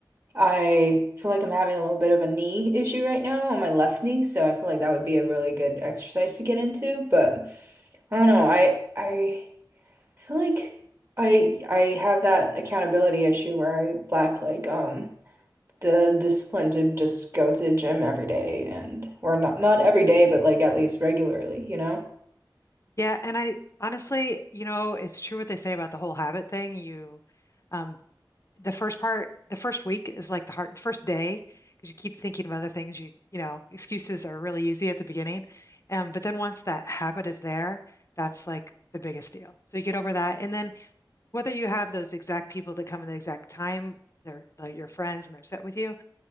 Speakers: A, on the right (about 35°); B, on the left (about 40°).
A: I feel like I'm having a little bit of a knee issue right now on my left knee, so I feel like that would be a really good exercise to get into, but I don't know. I I feel like I I have that accountability issue where I lack like um the discipline to just go to the gym every day and or not not every day, but like at least regularly, you know?
B: Yeah, and I honestly, you know, it's true what they say about the whole habit thing. You, um, the first part, the first week is like the hard, the first day, because you keep thinking of other things. You, you know, excuses are really easy at the beginning, um, but then once that habit is there, that's like the biggest deal. So you get over that, and then whether you have those exact people that come in the exact time, they're like your friends and they're set with you,